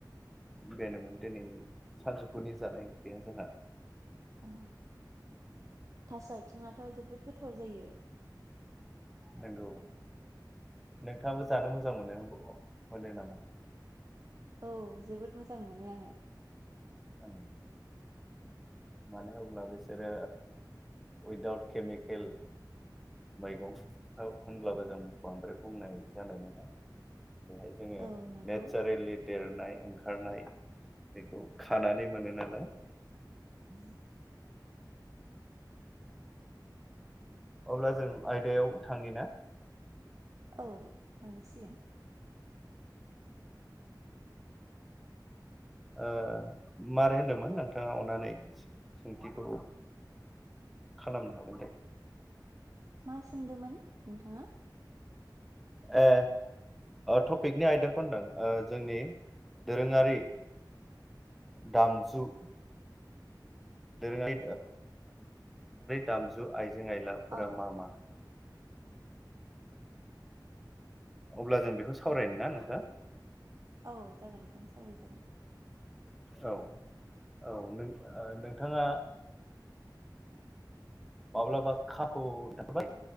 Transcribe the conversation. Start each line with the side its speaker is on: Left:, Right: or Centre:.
Centre: बेनोमोन दिनैनि सानजौफुनि जानाय ओंख्रिया जोंहा
Right: औ थास' आथिङाथ' जोबोद गोथाव जायो
Centre: नंगौ नोंथाङाबो जानो मोजां मोनो नामा
Right: औ जोबोद मोजां मोनो आङो
Centre: औ मानो होनब्ला बिसोरो उइदाउट केमिकेल मैगंखौ होनब्लाबो जों बांद्राय बुंनाय जानाय नङा बेहाय जोङो
Right: औ नंगौ
Centre: नेचारेलि देरनाय ओंखारनाय बेखौ खानानै मोनो नालाय
Right: ह
Centre: अब्ला जों आयदायाव थाङि ना
Right: औ थांजासिगोन
Centre: औ मारै होनदोंमोन नोंथाङा अननानै सोंथिखौ खालामनो हागोन दे
Right: मा सोंदोंमोन नोंथाङा
Centre: ए टपिकनि आयदाखौ होनदों जोंनि दोरोङारि दामजु दोरोङारि दामजु आयजो आयजें आलाफोरा
Right: अ
Centre: मा मा अब्ला जों बेखौ सावरायनो
Right: ओ
Centre: ना नोंथां
Right: औ जागोन बेखौनो सावराय जागोन
Centre: औ औ नोंथाङा माब्लाबा खाखु दामबाय